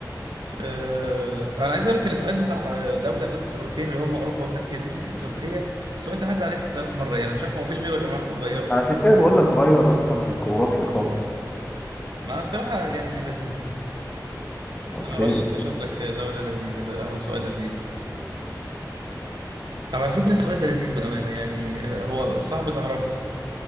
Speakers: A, on the right (about 80°); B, on the left (about 20°).
A: آه انا عايز اقول لك ان السؤال بتاع دوله بين قارتين اللي هم اوروبا واسيا دي تركيا السؤال ده عدى عليه 6000 مره يعني مش عارف هو مفيش غيره يا جماعه طب غيره
B: ما عشان كده بقول لك غير اصلا من الجغرافيا خالص
A: ما بصراحه يعني لذيذ
B: اوكي
A: اقول لك اشوف لك دوله لذيذه ده او سؤال لذيذ طب على فكره السؤال ده لذيذ بامانه يعني آه، هو صعب تعرفه